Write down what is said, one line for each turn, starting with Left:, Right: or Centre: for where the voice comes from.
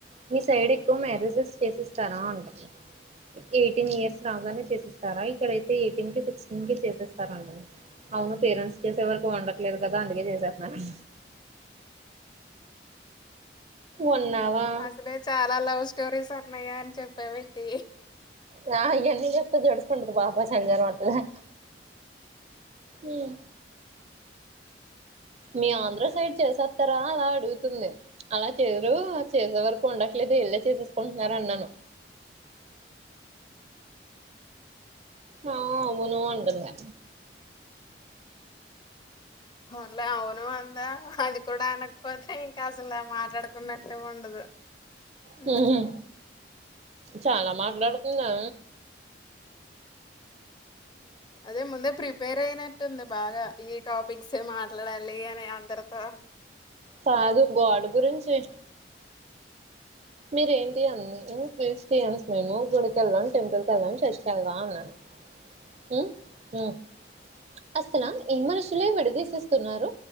Right: మీ సైడ్ ఎక్కువ మ్యారేజెస్ చేసిస్తారా అంటుంది ఎయిటీన్ ఇయర్స్ రాగానే చేసేస్తారా ఇక్కడైతే ఎయిటీన్ కే సెవెన్కె చేసేస్తారు అంటుంది అవును పేరెంట్స్ చేసే వరకు ఉండట్లేదు కదా అందుకే చేసేత్తున్న అన్న
Left: ఆ
Right: ఉన్నావా
Left: అసలే చాలా లవ్ స్టోరీస్ ఉన్నాయన్ చేప్పవేట్టి
Right: య ఇయన్ని చెప్తే జడ్స్కంటది బాబే చలి జ్వరం వత్తాది మ్మ్ మీ ఆంధ్ర
Left: అయ్యో
Right: సైడ్ చేసేత్తార అల అడుగుతుంది అలా చేయరు చేసే వరకు ఉండట్లేదు ఇళ్ళే చేసేసుకుంటున్నారు అన్నాను ఆ అవును అంటుందా
Left: అవున్‌లా అవును అందా అది కూడా అనకపోతే ఇంకా అసలు మాట్లాడుకున్నటే ఉండదు ఉమ్.
Right: హ్మ్ చాలా మాట్లాడుకుందా
Left: అదే ముందే ప్రిపేర్ అయినట్టుంది బాగా ఈ టాపిక్స్ ఏ మాట్లాడాలి అని అందరితో
Right: కాదు గాడ్ గురించి మీరేంటి అంది మ్మ్ క్రిస్టియన్స్ మేము గుడికేళ్దాం టెంపుల్ కేళ్దాం చర్చ్ కేళ్దాం అన్నాను మ్మ్ మ్మ్ అస్సలా ఈ మనుషులే విడదీసేస్తున్నారు